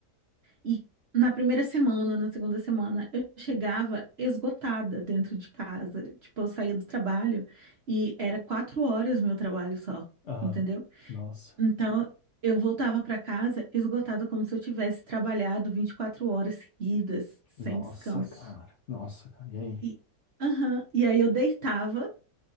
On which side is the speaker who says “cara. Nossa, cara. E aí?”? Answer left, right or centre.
Left